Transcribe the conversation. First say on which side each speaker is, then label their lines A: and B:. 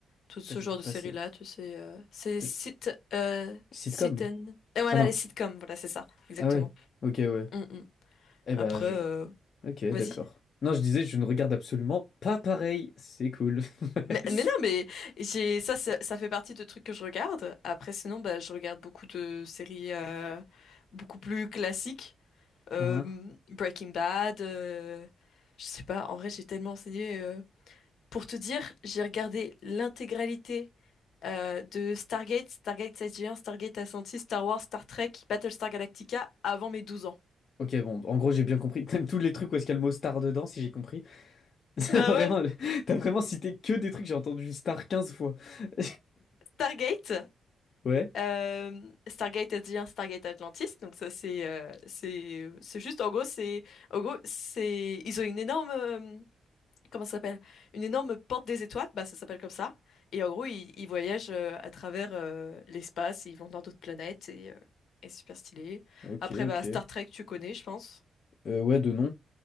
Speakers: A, on the left; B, on the left.
A: tout ce
B: putain, j'ai
A: genre
B: vu
A: de
B: passer.
A: séries-là, tu sais, euh, c'est sit,
B: Euh,
A: euh,
B: Sitcom?
A: sit and... Et voilà,
B: Ah non.
A: les sitcoms, voilà, c'est ça, exactement.
B: Ah ouais. Ok, ouais.
A: Mm, mm.
B: Eh
A: Après,
B: bah, je...
A: euh,
B: Ok, d'accord.
A: vas-y.
B: Non, je disais, je ne regarde absolument pas pareil. C'est cool. <laughs>
A: Mais, mais non, mais j'ai ça, ça, ça fait partie de trucs que je regarde. Après, sinon, bah, je regarde beaucoup de séries euh, beaucoup plus classiques. Euh,
B: Hein?
A: Breaking Bad. euh, je sais pas. En vrai, j'ai tellement enseigné. euh. Pour te dire, j'ai regardé l'intégralité euh, de Stargate, Stargate SG-1, Stargate Ascension, Star Wars, Star Trek, Battlestar Galactica avant mes 12 ans.
B: Ok, bon, en gros, j'ai bien compris. T'aimes tous les trucs où est-ce qu'il y a le mot star dedans, si j'ai compris. <laughs> C'est
A: Bah
B: Vraiment,
A: ouais.
B: t'as vraiment cité que des trucs, j'ai entendu star 15 fois. <laughs>
A: Stargate.
B: Ouais.
A: Euh, Stargate Adrien, Stargate Atlantis, donc ça c'est euh, c'est c'est juste en gros c'est en gros c'est ils ont une énorme euh, comment ça s'appelle? Une énorme porte des étoiles, bah ça s'appelle comme ça. Et en gros ils, ils voyagent euh, à travers euh, l'espace, ils vont dans d'autres planètes et euh, et super stylé.
B: Ok,
A: Après bah
B: ok.
A: Star Trek tu connais je pense.
B: Euh, ouais, de nom.